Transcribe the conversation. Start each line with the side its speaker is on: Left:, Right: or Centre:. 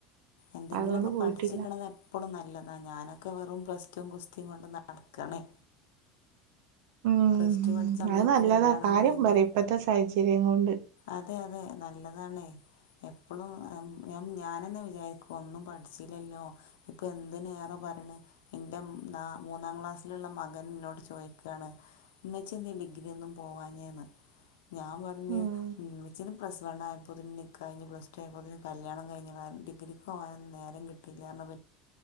Left: എന്തെങ്കിലുമൊക്കെ
Right: അതുകൊണ്ട് പോയിട്ടില്ല
Left: പഠിച്ചിക്കണ എപ്പോഴും നല്ല നല്ലതാഞാനൊക്കെ വെറും പ്ലസ് റ്റും കുസ്തിയും കൊണ്ട് നടക്കണേ
Right: ഉം
Left: പ്ലസ് ടു പഠിച്ച സമയത്ത്
Right: അത് നല്ലതാ
Left: കല്യാണം
Right: കാര്യം
Left: കഴിഞ്ഞ്
Right: പറയും ഇപ്പത്തെ സാഹചര്യം കൊണ്ട്
Left: അതെ അതെ നല്ലതാണെ എപ്പളുംഞ ഞാനെന്നെ വി രിക്ക ഒന്നും പഠിച്ചില്ലല്ലോ ഇപ്പൊ എന്ത് റെ പറയണ് എന്റെ മൂന്നാം ക്ലാസ് ക്ലാസ്സിലുള്ള മകൻ എന്നോട് ചോദിക്കുകയാണ് മച്ചിന്തീ ഡിഗ്രി ഒന്നും പോവാഞ്ഞേന്ന് ഞാൻ പറഞ്ഞഞ്
Right: ഉം
Left: ഉച്ചിന് പ്ലസ് വൺ ആയപ്പോതിന് നിക്ക കഴിഞ്ഞഞ് പ്ലസ് ടു ആയതില്കല്യാണം കഴിഞ്ഞ ഡിഗ്രിക്ക് പോകാന നേര കിട്ടില്ലാന്ന്